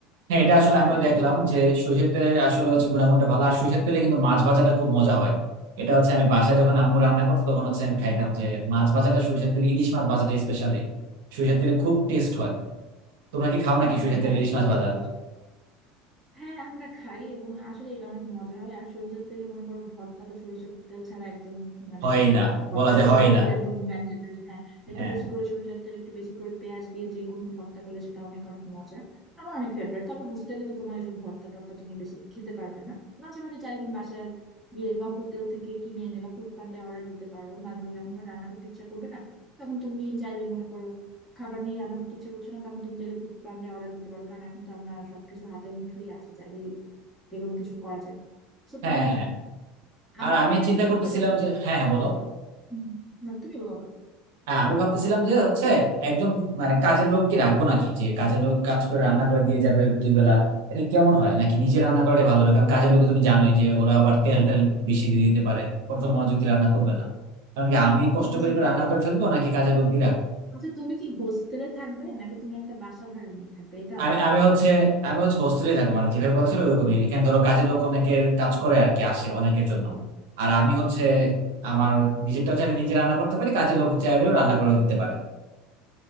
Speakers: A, on the right; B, in the centre.
A: হ্যাঁ এটা
B: তো
A: আসলে
B: তুমি চাইলে
A: আমিও
B: এটা
A: দেখলাম
B: ইউজ করতে
A: যে
B: পারো
A: সরিষার তেলে আসলে হচ্ছে গুণাগুণটা ভালো আর সরিষার তেলে কিন্তু মাছ ভাজাটা খুব মজা হয় এটা হচ্ছে আমি বাসায় যখন আম্মু রান্না করতো তখন হচ্ছে আমি খাইতাম যে মাছ ভাজাটা সরিষার তেলে ইলিশ মাছ ভাজাটা স্পেশালি সরিষার তেলে খুব টেস্ট হয় তোমরা কি খাও নাকি
B: একদম
A: সরিষার
B: হ্যাঁ
A: তেলে ইলিশ মাছ
B: ঠিক
A: ভাজা
B: বলছো হ্যাঁ আমরা খাই এবং আসলে এটা অনেক মজা হয় আর সরিষার তেলে মনে করো ভর্তা তো সরিষার তেল ছাড়া একদম মানে
A: হয় না
B: ভর্তা
A: বলা যায়
B: তো সরিষার
A: হয় না
B: তেল একদম ম্যান্ডেটরি হ্যাঁ একটু
A: হ্যাঁ
B: বেশি করে সরিষার তেল একটু বেশি করে পেঁয়াজ দিয়ে যে কোনো ভর্তা করলে সেটা অনেক অনেক মজা আমার অনেক ফেভারিট তবে হোস্টেলে তো তোমার এসব ভর্তা টর্তা তুমি বেশি খেতে পারবে না মাঝে মাঝে চাইলে তুমি বাসার গিয়ে বা হোটেল থেকে কিনে এনে বা ফুড পান্ডায় অর্ডার দিতে পারো মাঝে মাঝে যখন তোমার রান্না করতে ইচ্ছা করবে না তখন তুমি চাইলে মনে করো খাবার নেই রান্না করতে ইচ্ছে করছে না তখন তুমি চাইলে ফুড পান্ডা অর্ডার দিতে পারবে কারণ এখন তো আমরা সবকিছু হাতের মুঠোই আছে চাইলেই যে কোনো কিছু করা যায় তো
A: হ্যাঁ
B: তুমি
A: হ্যাঁ
B: আমার
A: আর আমি
B: মনে হয়
A: চিন্তা
B: যে তুমি
A: করতেছিলাম
B: এটাই কর-
A: যে হ্যাঁ হ্যাঁ বলো
B: হুম, না তুমি বলো
A: হ্যাঁ আমি ভাবতেছিলাম যে হচ্ছে একজন মানে কাজের লোক কি রাখবো নাকি যে কাজের লোক কাজ করে রান্না করে দিয়ে যাবে দুই বেলা এটা কেমন হয় নাকি নিজে রান্না করে ভালো হবে কারণ কাজের লোক তুমি জানোই যে ওরা আবার তেল টেল বেশি দিয়ে দিতে পারে ওরা তো মনোযোগ দিয়ে রান্না করবে না কারণ কি আমি কষ্ট
B: আচ্ছা
A: করে একটু
B: তুমি
A: রান্না করে ফেলবো নাকি কাজের লোক দিয়ে রাখবো?
B: আচ্ছা তুমি কি হোস্টেলে থাকবে নাকি তুমি একটা বাসা ভাড়া নিয়ে থাকবে এটা আমাকে
A: আমি আমি
B: আগে
A: হচ্ছে
B: বলো
A: আমি হচ্ছে হোস্টেলে থাকি মানে যেভাবে কথা ছিল ওরকমই এখানে ধরো কাজের লোক অনেকের কাজ করে আর কি আসে অনেকের জন্য আর আমি হচ্ছে আমার নিজেরটা চাইলে নিজে রান্না করতে পারি কাজের লোক চাইলেও রান্না করে দিতে পারে